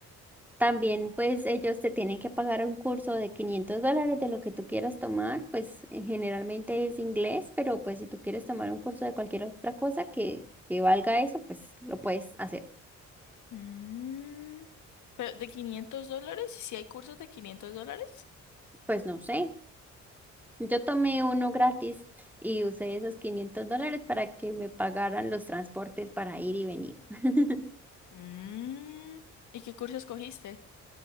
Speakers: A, in the centre; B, on the left.
A: También, pues ellos te tienen que pagar un curso de 500 dólares de lo que tú quieras tomar, pues eh, generalmente es inglés, pero pues si tú quieres tomar un curso de cualquier otra cosa que, que valga eso, pues lo puedes hacer.
B: Mm. Pero de 500 dólares, si hay cursos de quinientos dólares.
A: Pues no sé, yo tomé uno gratis y usé esos 500 dólares para que me pagaran los transportes para ir y venir. <laughs>
B: Mm. ¿Y qué curso escogiste?